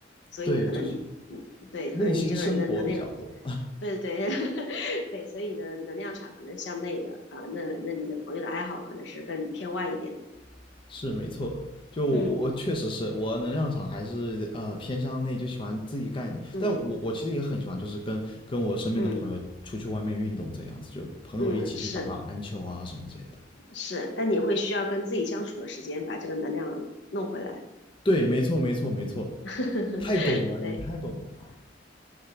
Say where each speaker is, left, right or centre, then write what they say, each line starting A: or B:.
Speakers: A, on the left (about 70°); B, on the left (about 30°).
A: 所以你可能你你对，
B: 对，就是内心生活比较多，
A: 可能你这个人的能量对对对，<laughs> 对，所以你的能量场可能向内的啊，那那你的朋友的爱好可能是更偏外一点的。
B: <laughs> 是没错的就我我确实是我能量场还是呃偏向内，
A: 嗯
B: 就喜欢自己干一点。
A: 嗯
B: 但我我其实也很喜欢，就是跟跟我身边的朋友出去外面运动这样子，
A: 嗯
B: 就朋友一起去打打篮球啊什么之类的。
A: 嗯，是是，但你会需要跟自己相处的时间，把这个能量弄回来。
B: 对，没错没错没错，
A: <laughs>
B: 太懂了，
A: 对，
B: 你太懂了，